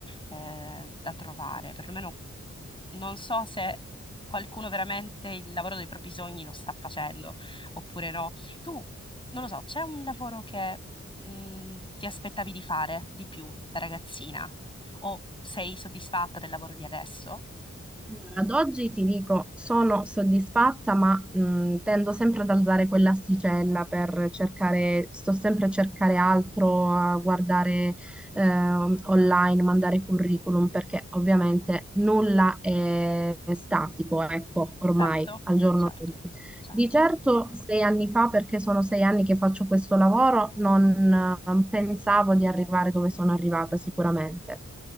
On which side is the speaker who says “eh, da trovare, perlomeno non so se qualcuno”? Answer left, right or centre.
Left